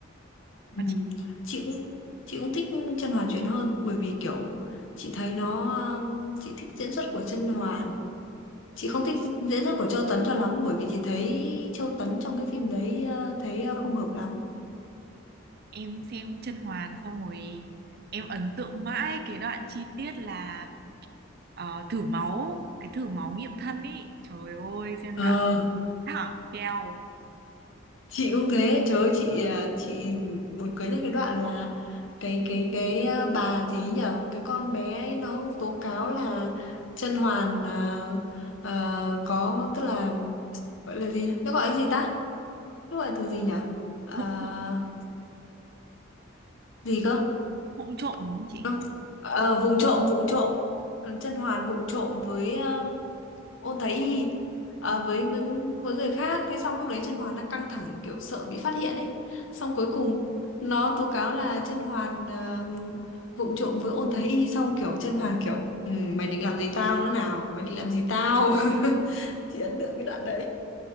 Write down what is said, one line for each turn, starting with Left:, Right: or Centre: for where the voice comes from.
Left: ừ.
Right: còn chị
Left: chị cũng chị cũng thích Chân Hoàn chuyện hơn bởi vì kiểu chị thấy nó um, chị thích diễn xuất của Chân Hoàn chị không thích diễn xuất của Châu Tấn cho lắm bởi vì chị thấy Châu Tấn trong cái phim đấy ờ, thấy ờ, không hợp lắm
Right: em xem Chân Hoàn xong rồi em ấn tượng mãi cái đoạn chi tiết là ờ, thử máu cái thử máu nghiệm thân ấy trời ơi xem
Left: Ờ,
Right: đoạn thẳng keo
Left: chị cũng thế trời ơi chị à, chị buồn cười nhất cái đoạn là cái cái cái à, bà gì ấy nhở cái con bé ấy nó tố cáo là Chân Hoàn à, ờ, có tức là gọi là gì nhỉ? nó gọi cái gì ta nó gọi từ gì nhở Ờ,
Right: bụng
Left: gì cơ
Right: vụng trộm đúng không chị
Left: Ờ, ờ, vụng trộm vụng trộm Chân Hoàn vụng trộm với ờ, ôn thái y à, với, với với người khác thế xong lúc đấy Chân Hoàn đang căng thẳng kiểu sợ bị phát hiện ấy xong cuối cùng nó tố cáo là Chân Hoàn ờ, vụng trộm với ôn thái y xong kiểu Chân Hoàn kiểu ừ, mày định làm gì tao nữa nào mày định làm gì tao <laughs> chị ấn tượng cái đoạn đấy